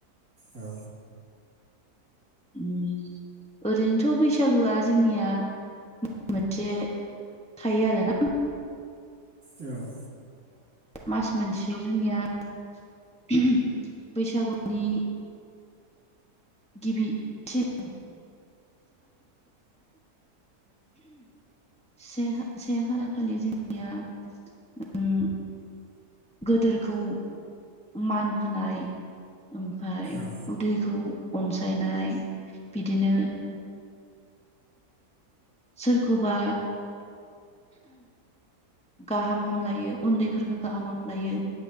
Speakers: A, on the right; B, in the centre.
A: औ
B: ओम ओरैनोथ' बैसागुआ जोंनिया माबा मोनसे थायो आरो ना
A: औ
B: मास मोनसेयाव जोंनिया ओहम बैसागुनि <unintelligible> ओहम से से खालार खालि जोंनिया ओम गोदोरखौ मान होनाय ओमफ्राय
A: औ
B: उदैखौ अनसायनाय बिदिनो सोरखौबा गाहाम हामलायो उन्दैफोरखौ गाहाम हामलायो।